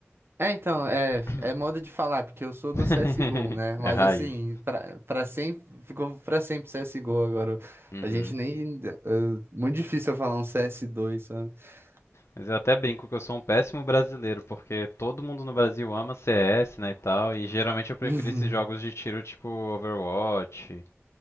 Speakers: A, on the right; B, on the left.
A: É, então, é,
B: <coughs>
A: é moda de falar, porque eu sou do
B: <laughs>
A: CSGO, né? Mas
B: É raiz.
A: assim, pra, pra sempre, ficou pra sempre CSGO agora.
B: Uhum.
A: A gente nem. é, muito difícil eu falar um cs dois sabe? <laughs>
B: Mas eu até brinco que eu sou um péssimo brasileiro, porque todo mundo no Brasil ama CS, né, e tal, e geralmente eu prefiro
A: Uhum.
B: esses jogos de tiro tipo Overwatch,